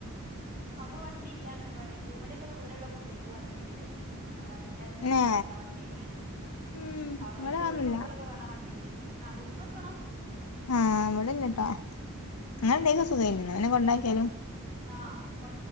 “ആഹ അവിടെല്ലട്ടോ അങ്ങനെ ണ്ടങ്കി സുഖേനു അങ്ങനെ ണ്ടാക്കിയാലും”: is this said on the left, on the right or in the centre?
Left